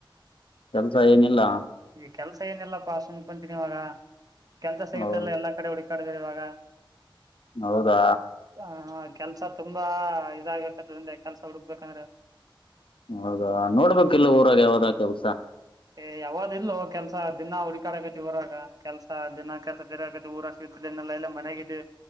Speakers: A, on the left; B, on the right.
A: ಕೆಲ್ಸ ಏನಿಲ್ಲ.
B: ಕೆಲ್ಸ ಏನಿಲ್ಲಪ್ಪಾಸುನ್ ಕುಂತೀನಿ ಇವಾಗ. ಕೆಲಸ ಸಿಗುತ್ತೆಲ್ಲ
A: ಹೌ
B: ಎ ಕಡೆ ಹುಿ. ಕಡದ್ರ ಇವಾಗ.
A: ಹೌದಾ.
B: ಆ ಕೆಲ್ಸ. ಸ ತುಂಬಾ ಇದಾಗ್ಬೇಕತ್ಂದೆ ಕೆಲ್ಸ ಹುಡುಕ್ಬೇಕಂದ್ರೆ.
A: ಹೌದಾ ನೋಡ್ಬೇಕ ಇಲ್ಲ ಊರಾಗ ಯಾವಾಗ ಕೆ ಹಸಾ.
B: ಏ ಯಾವಾಗ್ ಇಲ್ಲೊ ಕೆಲ್ಸ ದಿನಾ ಹುಡಕಾಡ ಆಗತಿ ಊರಾಗ ಕೆಲ್ಸ ದಿನಾ ಕೆಲ್ಸ ಬೇರೆ ಆಗತಿ ಊರ ಸಿತಲ್ಲಾ ಎಲ್ಲ ಮನೆಗಿದೆ.